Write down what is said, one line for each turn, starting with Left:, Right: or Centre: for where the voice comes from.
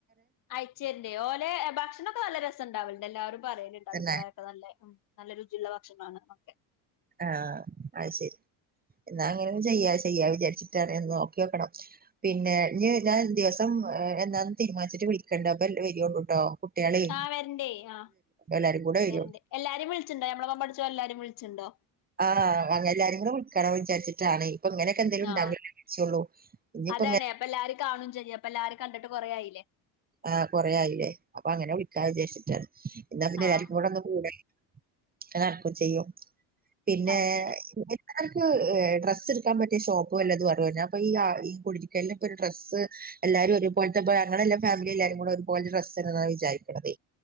Left: അയിച്ചേരണ്ട് ഓലെ ഭക്ഷണൊക്കെ നല്ല രസം ഉണ്ടാവണ്ട് എല്ലാരും പറയല്ണ്ട് അഭിപ്രായൊക്കെ
Right: തന്നെ
Left: നല്ല നല്ല രുചിയുള്ള ഭക്ഷണമാണ് ഒക്കെ
Right: ആഹ് അഹ് ശരി എന്നാ അങ്ങനെ ചെയ്യാ ചെയ്യാ വിചാരിച്ചിട്ട്ന്ന് നോക്കി വെക്കണം പിന്നെ <unintelligible> ദിവസം എന്നന്ന് തീരുമാനിച്ചിട്ട് വിളിക്കണ്ട് അപ്പൊ വരോണ്ടുട്ടോ കുട്ടികളിം
Left: ആഹ് വരണ്ടേ ആഹ്
Right: എല്ലാരും കൂടെ വരു
Left: വരണ്ട് എല്ലാരും വിളിച്ചിണ്ടോ നമ്മളൊപ്പം പഠിച്ചോ എല്ലാരും വിളിച്ചിണ്ടോ
Right: ആഹ് അനെ എല്ലാരും കൂടി വിളിക്കണം വിചാരിച്ചിട്ടാണ് ഇപ്പ ഇങ്ങനെയൊക്കെ എന്തേലും ഉണ്ടാവുമ്പല്ലേ
Left: ആഹ്
Right: വിള്ച്ചൊള്ളു ഇനിയിപ്പോ
Left: അതാണ്
Right: ഇങ്ങ
Left: അപ്പൊ എല്ലാരും കാണും ചെയ്യും അപ്പൊ എല്ലാരും കണ്ടിട്ട് കൊറ ആയില്ലേ
Right: ആഹ് കുറെയായില്ലേ അപ്പൊ അങ്ങനെ വിളിക്കാ വിജാര്ച്ചിട്ടാണ് എന്നാ പിന്നെ
Left: ആഹ്
Right: എല്ലാവർക്കും കൂടെ ഒന്ന് കൂടെ <unintelligible> നട്ക്കും ചെയ്യും പിന്നെ
Left: അത് ശരി
Right: അൻക്ക് ഡ്രസ്സ് എട്ക്കാൻ പറ്റിയ ഷോപ്പ് വല്ലതും അറിയോ അപ്പൊ ഈ കുടിര്ക്കല്ലാം ഇപ്പൊ ഒരു ഡ്രസ്സ് എല്ലാരും ഒരുപോലത്തെ ഇ ഞങ്ങളെല്ലാം ഫാമിലി എല്ലാരും കൂടെ ഒരുപോലത്തെ ഡ്രസ്സാണ് വിചാരിക്കണ്ന്നത്